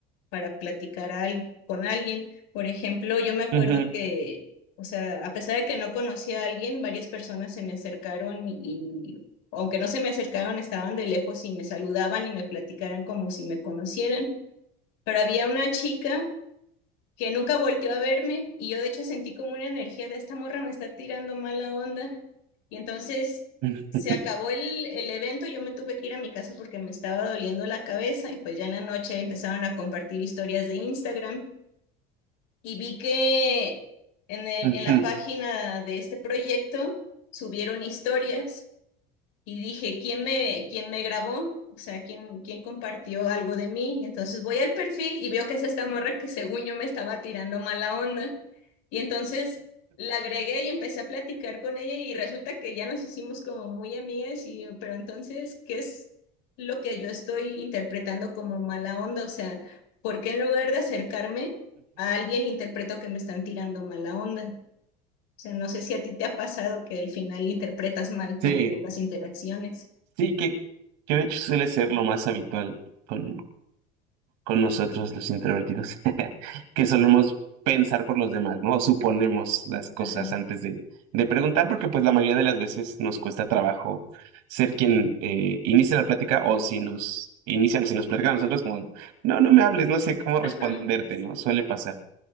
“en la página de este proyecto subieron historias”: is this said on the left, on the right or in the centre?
Left